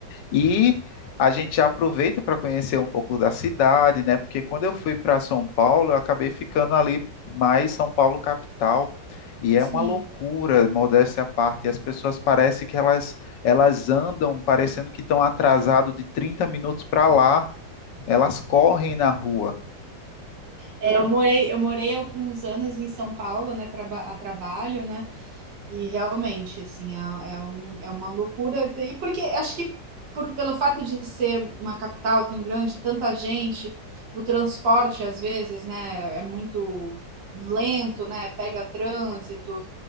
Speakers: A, on the left (about 80°); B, on the right (about 85°).
A: E a gente aproveita para conhecer um pouco da cidade, né? Porque quando eu fui para São Paulo, eu acabei ficando ali mais São Paulo capital. E é
B: Sim,
A: uma loucura, modéstia à parte. As pessoas parecem que elas, elas andam parecendo que estão atrasado de 30 minutos para lá. Elas correm na rua.
B: é, eu morei, eu morei alguns anos em São Paulo, né, traba a trabalho, né, e realmente, assim, é, é, um, é uma loucura, e porque acho que por, pelo fato de ser uma capital tão grande, tanta gente, o transporte, às vezes, né, é muito lento, né, pega trânsito,